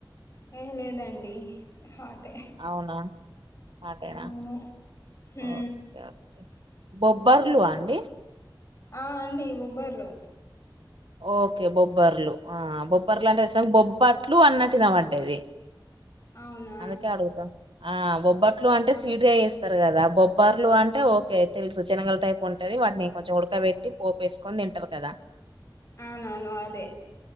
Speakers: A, on the left; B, on the right.
A: ఏ లేదండి హటే
B: అవునా హాటేనా
A: అవును ఊ
B: ఓకే ఓకే బొబ్బర్లు అండి
A: ఆ అండి బొబ్బర్లు
B: ఓకే బొబ్బర్లు ఆ బొబ్బర్లు అంటే బొబ్బట్లు అన్నట్టు ఇనపడ్డది
A: అవునా
B: అందుకే అడుగుతాం ఆ బొబ్బట్లు అంటే స్వీట్గా చేస్తారు కదా బొబ్బర్లు అంటే ఓకే తెలుసు శనగల టైప్ ఉంటది వాటిని కొంచెం ఉడకబెట్టి పోపేసుకొని తింటారు కదా
A: అవును అవును అదే